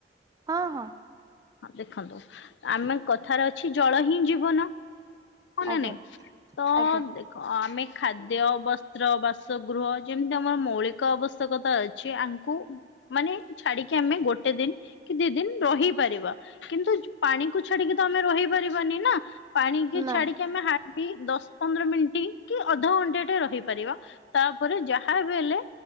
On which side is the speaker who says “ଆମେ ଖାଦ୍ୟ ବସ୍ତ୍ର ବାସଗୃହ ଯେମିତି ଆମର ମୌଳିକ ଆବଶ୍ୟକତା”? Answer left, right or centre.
Left